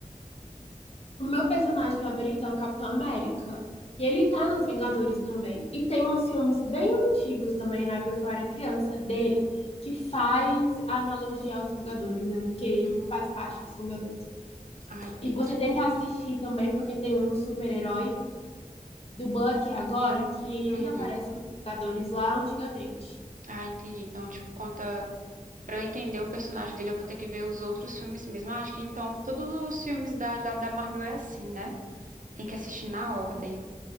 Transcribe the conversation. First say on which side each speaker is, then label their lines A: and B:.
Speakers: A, on the left; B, on the right.
A: O meu personagem favorito é o Capitão América. E ele tá nos Vingadores também. E tem uns filmes bem antigos também, na época que eu era criança, dele, que faz analogia aos Vingadores, né? Porque ele
B: Hum,
A: faz parte dos Vingadores.
B: ah, entendi.
A: E você tem que assistir também, porque tem um super-herói do Bucky agora, que ele
B: Uhum.
A: aparece nos Vingadores lá antigamente.
B: Ah, entendi. Então, tipo, conta. Pra eu entender o personagem dele, eu vou ter que ver os outros filmes mesmo. Ah, acho que então todos os filmes da, da, da Marvel é assim, né? Tem que assistir na ordem.